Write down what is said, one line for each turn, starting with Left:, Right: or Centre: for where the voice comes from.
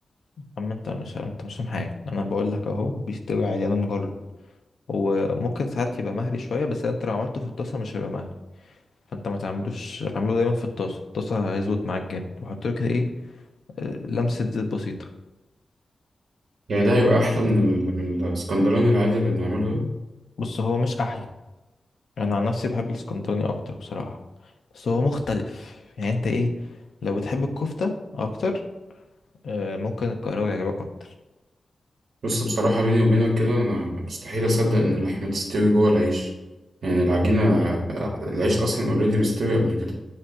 Left: اما انت مش انت مش فاهم حاجة انا بقول لك اهو بيستوي عادي انا مجرب وممكن ساعات يبقى مهري شوية بس انت لو عملته في الطاسة مش هيبقى مهري فانت ما تعملوش اعمله دايما في الطاسة الطاسة هيظبط معاك جامد وحط له كده ايه آه، لمسة زيت بسيطة
Right: يعني ده هيبقى احلى من, ال... من الاسكندراني العادي اللي بنعمله ده
Left: بص هو مش احلى انا عن نفسي بحب الاسكندراني اكتر بصراحه بس هو مختلف يعني انت ايه لو بتحب الكفته اكتر آه، ممكن القاهره يعجبك اكتر
Right: بص بصراحة بيني وبينك كده انا مستحيل اصدق ان اللحمة تستوي جوه العيش يعني العجينة
Left: يعني ايه
Right: العيش اصلا اوريدي مستوي قبل كده